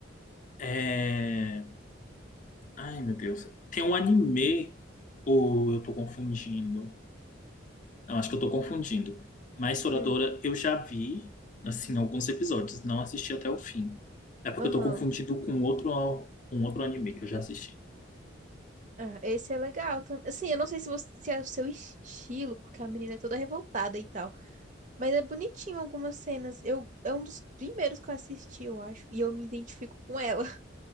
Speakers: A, on the left (about 40°); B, on the right (about 40°).
A: é... ai meu Deus, tem um anime ou eu tô confundindo? Eu acho que eu tô confundindo. Mas Toradora
B: Hum.
A: eu já vi, assim, alguns episódios, não assisti até o fim. É porque
B: Aham.
A: eu tô confundindo com outro, um outro anime que eu já assisti.
B: Ah, esse é legal também. Assim, eu não sei se, você- se é o seu estilo, porque a menina é toda revoltada e tal. Mas é bonitinho algumas cenas. Eu, é um dos primeiros que eu assisti, eu acho. E eu me identifico com ela, <laughs>